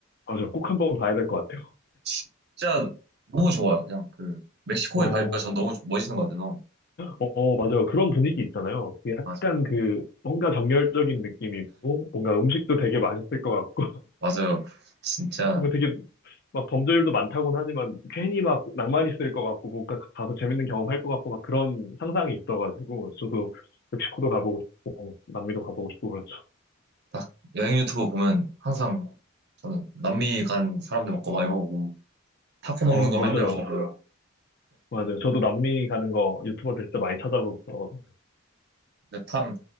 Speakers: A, on the left; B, on the right.
A: 맞아. 꼭 한번 가야 될 것 같아요.
B: 진짜 너무 좋아요. 그냥 그 멕시코의
A: 어,
B: 바이브가 전 너무 멋있는 것 같아서
A: 어, 어, 맞아요. 그런 분위기 있잖아요. 그게 약간
B: 맞아,
A: 그 뭔가 정열적인 느낌이고 뭔가 음식도 되게 맛있을 것 같고
B: 맞아요. 진짜
A: <laughs> 뭔가 되게 막 범죄율도 많다고는 하지만 괜히 막 낭만 있을 것 같고 뭔가 가서 재밌는 경험 할 것 같고 막 그런 상상이 있어가지고 저도 멕시코도 가보고 싶고 어, 남미도 가보고 싶고 그렇죠.
B: 딱 여행 유튜브 보면 항상 저는 남미 간 사람들 먹고 많이 보고 타코 먹는
A: 어,
B: 거
A: 맞아요.
B: 맨날 보고요.
A: 맞아요. 저도 남미 가는 거 유튜버들 진짜 많이 찾아보고
B: 근데 참